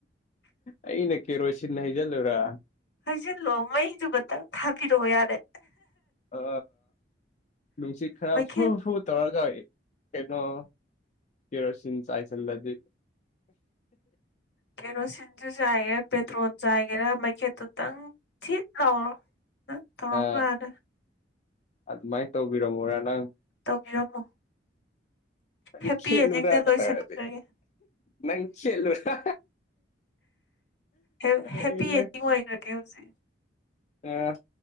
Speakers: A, on the left; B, on the left.
A: ꯑꯩꯅ ꯀꯦꯔꯣꯁꯤꯟ ꯍꯩꯖꯤꯜꯂꯨꯔꯥ
B: ꯍꯩꯖꯤꯜꯂꯣ ꯃꯩꯗꯨꯒ ꯇꯪ ꯊꯥꯕꯤꯔꯛꯑꯣ ꯌꯥꯔꯦ
A: ꯑ ꯅꯨꯡꯁꯤꯠ ꯈꯔ
B: ꯃꯩꯈꯦꯠ
A: ꯐ꯭ꯔꯨ ꯐ꯭ꯔꯨ ꯇꯧꯔꯒ ꯀꯩꯅꯣ ꯀꯦꯔꯣꯁꯤꯟ ꯆꯥꯏꯁꯤꯜꯂꯗꯤ
B: ꯀꯦꯔꯣꯁꯤꯟꯖꯨ ꯆꯥꯏꯒꯦꯔꯥ ꯄꯦꯇ꯭ꯔꯣꯟ ꯆꯥꯏꯒꯦꯔꯥ ꯃꯩꯈꯦꯠꯇꯨꯇꯪ ꯊꯤꯠ ꯂꯥꯎꯔꯣ ꯇꯧꯔꯝꯃꯣ
A: ꯑ
B: ꯌꯥꯔꯦ
A: ꯑꯗꯨꯃꯥꯏ ꯇꯧꯕꯤꯔꯝꯃꯣꯔ ꯅꯪ
B: ꯇꯧꯕꯤꯔꯝꯃꯣ
A: ꯅꯪ
B: ꯍꯦꯞꯄꯤ
A: ꯈꯦꯠꯂꯨꯔꯥꯒ
B: ꯑꯦꯟꯗꯤꯡꯗ ꯂꯣꯏꯁꯤꯟꯈ꯭ꯔꯒꯦ
A: ꯇꯧꯔꯗꯤ ꯅꯪ ꯈꯦꯠꯂꯨꯔꯥ
B: ꯍꯦꯞ
A: ꯑꯦ
B: ꯍꯦꯞꯄꯤ ꯑꯦꯟꯗꯤꯡ ꯑꯣꯏꯒ꯭ꯔꯒꯦ ꯍꯧꯖꯤꯛ
A: ꯑ